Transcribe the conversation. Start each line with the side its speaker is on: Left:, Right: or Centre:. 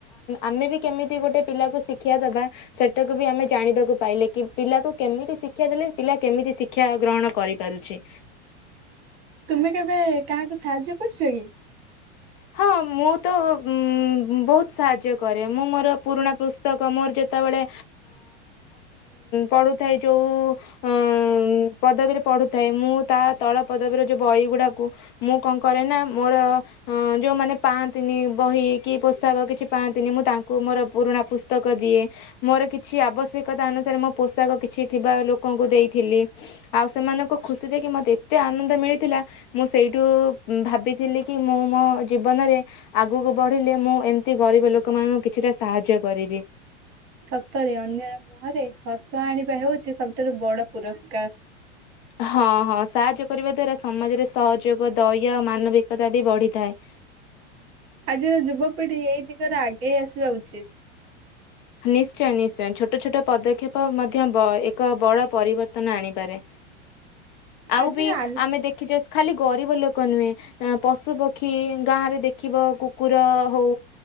Left: ଆମେ ବି କେମିତି ଗୋଟେ ପିଲାକୁ ଶିକ୍ଷା ଦେବା। ସେଟାକୁ ବି ଆମେ ଜାଣିବାକୁ ପାଇଲେ କି ପିଲାକୁ କେମିତି ଶିକ୍ଷା ଦେଲେ। ପିଲା କେମିତି ଶିକ୍ଷା ଗ୍ରହଣ କରିପାରୁଛି?
Right: ତୁମେ କେବେ କାହାକୁ ସାହାଯ୍ୟ କରିଛ କି?
Left: ହଁ ମୁଁ ତ ବହୁତ ସାହାଯ୍ୟ କରେ ମୁଁ ମୋର ପୁରୁଣା ପୁସ୍ତକ ମୋର ଯେତେବେଳେ ପଢ଼ୁଥାଏ ଯୋଉ ପଦବୀରେ ପଢ଼ୁଥାଏ ମୁଁ ତା ତଳ ପଦବୀର ଯୋଉ ବହି ଗୁଡାକୁ ମୁଁ କଣ କରେ ନା ମୋର ହଁ ଯେଉଁମାନେ ପାଆନ୍ତିନି ବହି କି ପୋଷାକ କିଛି ପାଆନ୍ତିନି ମୁଁ ତାଙ୍କୁ ମୋର ପୁରୁଣା ପୁସ୍ତକ ଦିଏ। ମୋର କିଛି ଆବଶ୍ୟକତା ଅନୁସାରେ ମୋ ପୋଷାକ କିଛି ଥିବା ଲୋକଙ୍କୁ ଦେଇଥିଲି। ଆଉ ସେମାନଙ୍କୁ ଖୁସି ଦେଖି ମତେ ଏତେ ଆନନ୍ଦ ମିଳିଥିଲା। ମୁଁ ସେଇଠୁ ଭାବିଥିଲି କି ମୁଁ ମୋ ଜୀବନରେ ଆଗକୁ ବଢ଼ିଲେ ମୁଁ ଏମିତି ଗରିବ ଲୋକମାନଙ୍କୁ କିଛିଟା ସାହାଯ୍ୟ କରିବି।
Right: ସତରେ ଅନ୍ୟର ମୁହଁରେ ହସ ଆଣିବା ହେଉଛି ସବୁଠାରୁ ବଡ ପୁରସ୍କାର।
Left: ହଁ ହଁ ସାହାଯ୍ୟ କରିବା ଦ୍ଵାରା ସମାଜରେ ସହଯୋଗ ଦୟା ଓ ମାନବିକତା ବି ବଢ଼ିଥାଏ।
Right: ଆଜିର ଯୁବପିଢ଼ି ଏଇ ଦିଗରେ ଆଗେଇ ଆସିବା ଉଚିତ୍।
Left: ନିଶ୍ଚୟ ନିଶ୍ଚୟ ଛୋଟ ଛୋଟ ପଦକ୍ଷେପ ମଧ୍ୟ ବ ଏକ ବଡ ପରିବର୍ତ୍ତନ ଆଣିପାରେ। ଆଉ
Right: ଆଜିର
Left: ବି
Right: ଆଲ୍
Left: ଆମେ ଦେଖିଛେ ଖାଲି ଗରିବ ଲୋକ ନୁହେଁ ପଶୁ ପକ୍ଷୀ ଗାଁ ରେ ଦେଖିବ କୁକୁର ହଉ